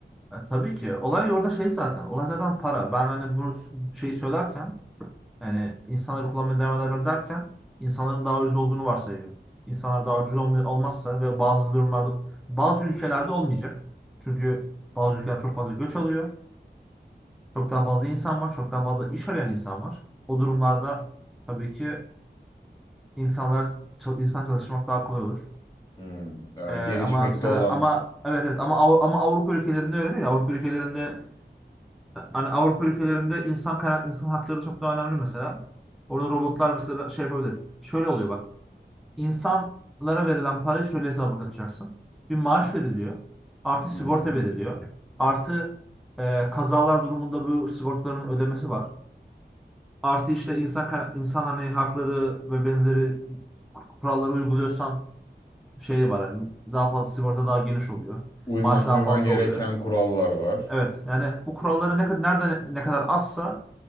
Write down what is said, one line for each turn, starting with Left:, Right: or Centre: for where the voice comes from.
Centre: Ha, tabii ki. Olay orada şey zaten. Olay zaten para. Ben hani bunu şey söylerken yani insanları kullanmaya devam ederler derken insanların daha ucuz olduğunu varsayıyorum. İnsanlar daha ucuz olma- olmazsa ve bazı durumlarda bazı ülkelerde olmayacak. Çünkü bazı ülkeler çok fazla göç alıyor. Çok daha fazla insan var. Çok daha fazla iş arayan insan var. O durumlarda tabii ki insanlar çal- insan çalıştırmak daha kolay olur.
Left: Hmm, e,
Centre: Ee, ama
Left: gelişmekte
Centre: mesela
Left: olan
Centre: ama evet evet ama Av- ama Avrupa ülkelerinde öyle değil. Avrupa ülkelerinde hani Avrupa ülkelerinde insan kaynak insan hakları çok daha önemli mesela. Orada robotlar mesela şey yapabilir. Şöyle oluyor bak. İnsanlara verilen parayı şöyle hesaba katacaksın. Bir maaş veriliyor. Artı sigorta
Left: hı hı.
Centre: veriliyor. Artı e, kazalar durumunda bu sigortaların ödemesi var. Artı işte insan kaynak- insan hani hakları ve benzeri kuralları uyguluyorsan şey var. yani daha fazla sigorta daha geniş oluyor.
Left: uyman
Centre: Maaş daha
Left: uyman
Centre: fazla
Left: gereken
Centre: oluyor.
Left: kurallar var.
Centre: Evet yani bu kuralları ne kadar nerede ne kadar azsa